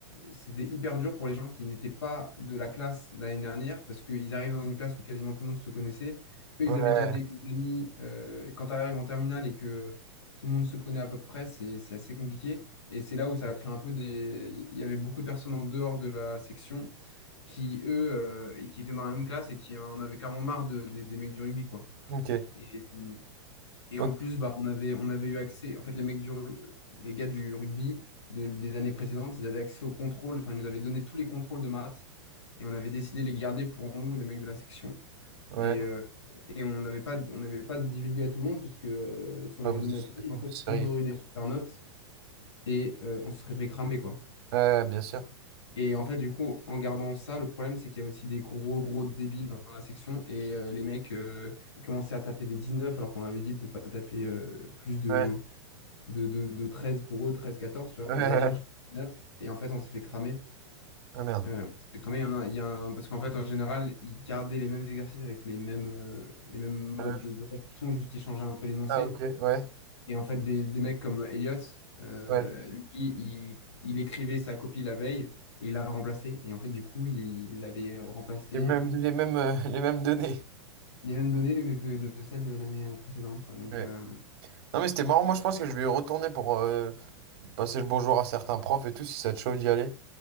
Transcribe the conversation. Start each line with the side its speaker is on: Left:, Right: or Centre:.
Left: c'était hyper dur pour les gens qui n'étaient pas de la classe l'année dernière, parce qu'ils arrivent dans une classe où quasiment tout le monde se connaissait. Eux,
Right: Ouais.
Left: ils avaient déjà des amis. euh, et quand tu arrives en terminale et que tout le monde se connaît à peu près, c'est c'est assez compliqué. Et c'est là où ça a créé un peu des... Il y avait beaucoup de personnes en dehors de la section qui, eux, euh, qui étaient dans la même classe et qui en avaient clairement marre de- des des mecs du rugby, quoi.
Right: Ok.
Left: Et, et
Right: Ok.
Left: en plus, bah, on avait, on avait eu accès, en fait, les mecs du, ru- les gars du rugby de- des années précédentes, ils avaient accès aux contrôles, enfin, ils nous avaient donné tous les contrôles de maths et on avait décidé de les garder pour nous, les mecs de la section.
Right: Ouais.
Left: Et, euh, et on n'avait pas, on n'avait pas divulgué à tout le monde parce que euh, si on l'avait
Right: Ah, vous-
Left: donné
Right: vous
Left: à tout le monde, en fait,
Right: seriez-
Left: tout le monde aurait eu des super notes et euh, on se serait fait cramer, quoi.
Right: Ouais, bien sûr.
Left: Et en fait, du coup, en gardant ça, le problème, c'est qu'il y a aussi des gros, gros débiles dans la section. Et euh, les mecs, euh, ils commençaient à taper des 19, alors qu'on avait dit de ne pas taper euh, plus de,
Right: Ouais,
Left: de, de, de 13 pour eux, 13-14, tu vois.
Right: ouais,
Left: Ils
Right: ouais.
Left: allaient chercher
Right: ouais.
Left: 19, et en fait, on s'est fait cramer.
Right: Ah merde.
Left: Euh, on s'est fait cramer, il y en a, il y a un- Parce qu'en fait, en général, ils gardaient les mêmes exercices avec les mêmes, euh, les mêmes modes
Right: Euh,
Left: de, de réflexion, juste ils changeaient un peu l'énoncé.
Right: Ah ok, ouais,
Left: Et en fait, des, des mecs comme Elliot, euh,
Right: ouais.
Left: lui, il, il écrivait sa copie la veille et il l'a remplacée. Et en fait, du coup, il, il avait remplacé
Right: Les mêmes, les mêmes, euh, <laughs> les mêmes données.
Left: les mêmes données que de, de celles de l'année précédente, quoi. Donc,
Right: Ouais.
Left: euh,
Right: Non mais c'était marrant, moi je pense que je vais retourner pour euh, passer le bonjour à certains profs et tout, si ça te chauffe d'y aller.